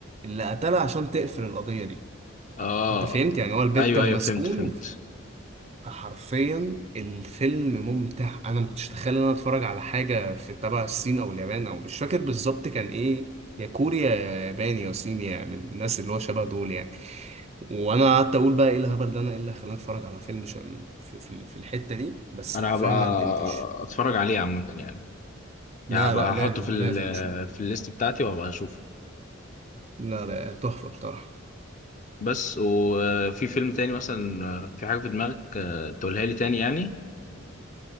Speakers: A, on the right; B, on the left.
A: اللي قتلها عشان تقفل القضيه دي
B: اه
A: انت فهمت يعني هو البيت
B: ايوه
A: كان
B: ايوه
A: مسكون
B: فهمت فهمت
A: وف... فحرفيا الفيلم ممتع انا ما كنتش اتخيل ان انا اتفرج على حاجه في تبع الصين او اليابان او مش فاكر بالظبط كان ايه يا كوريا يا ياباني يا صيني يعني من الناس اللي هو شبه دول يعني وانا قعدت اقول بقى ايه الهبل ده انا ايه اللي خلاني اتفرج على فيلم ش... في, في, في الحته دي بس
B: انا
A: حرفيا
B: هبقى
A: ما ندمتش
B: اتفرج عليه عامه يعني
A: لا
B: يعني هبقى
A: لا لازم
B: احطه في ال
A: لازم بصراحه
B: في الليست بتاعتي وهبقى اشوفه
A: لا لا تحفه بصراحه
B: بس وفي فيلم تاني مثلا في حاجه في دماغك آه، تقولها لي تاني يعني